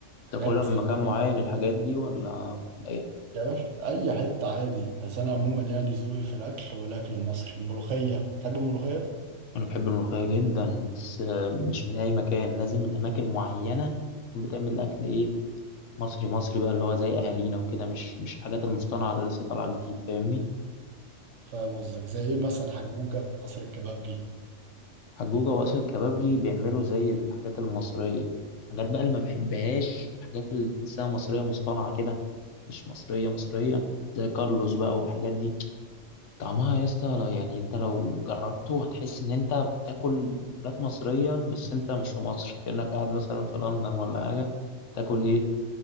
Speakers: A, on the right (about 70°); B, on the left (about 70°).
A: حاجات
B: تاكلها من
A: ال...
B: مكان معين الحاجات دي ولا من اي حته
A: يا باشا اي حته عادي بس انا عموما يعني ذوقي في الاكل هو الاكل المصري الملوخيه تحب الملوخيه
B: أنا بحب الملوخية جدا بس آه، مش من أي مكان لازم من أماكن معينة تكون بتعمل أكل إيه مصري مصري بقى اللي هو زي أهالينا وكده مش مش الحاجات المصطنعة اللي لسه طالعة جديد فاهمني
A: فاهم قصدك زي ايه مثلا حجوجة قصر الكبابجي
B: حجوجة وأسر الكبابجي بيعملوا زي الحاجات المصرية الحاجات بقى اللي ما بحبهاش الحاجات اللي تحسها مصرية مصطنعة كده مش مصرية مصرية زي كارلوس بقى والحاجات دي طعمها يا اسطى يعني انت لو جربته هتحس ان انت بتاكل حاجات مصرية بس انت مش في مصر كأنك قاعد مثلا في لندن ولا حاجة تاكل ايه